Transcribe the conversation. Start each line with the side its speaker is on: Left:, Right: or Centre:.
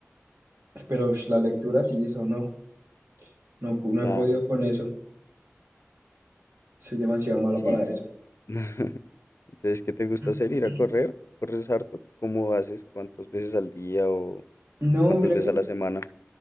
Right: pero ush, la lectura sí, eso no, no, pu- no
Left: Claro,
Right: he podido con eso. Soy demasiado malo
Left: sí.
Right: para eso.
Left: <laughs> Entonces, ¿qué te gusta
Right: <clears throat>
Left: hacer? ¿Ir a correr? ¿Corres harto? ¿Cómo haces? ¿Cuántas veces al día o
Right: No,
Left: cuántas
Right: mira
Left: veces
Right: que,
Left: a la semana?